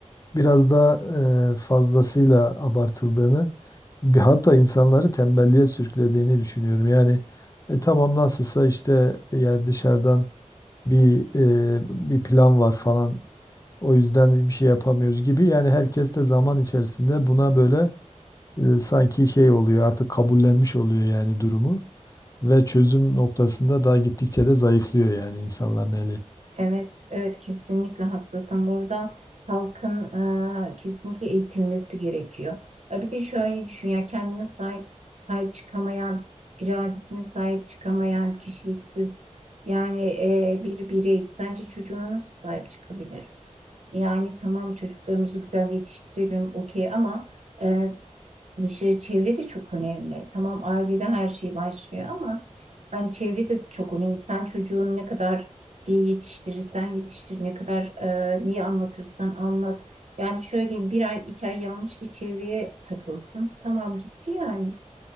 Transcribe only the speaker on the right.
Evet, evet kesinlikle haklısın. Burada halkın e, kesinlikle eğitilmesi gerekiyor. E, bir de şöyle düşün ya kendine sahip, sahip çıkamayan, iradesine sahip çıkamayan, kişiliksiz yani e, bir birey sence çocuğuna nasıl sahip çıkabilir? Yani tamam çocuklarımızı güzel yetiştirelim okey ama e, dışarı çevre de çok önemli. Tamam ailede her şey başlıyor ama yani çevre de çok önemli. Sen çocuğunu ne kadar iyi yetiştirirsen yetiştir, ne kadar e, niye anlatırsan anlat. Yani şöyle bir ay iki ay yanlış bir çevreye takılsın. Tamam gitti yani.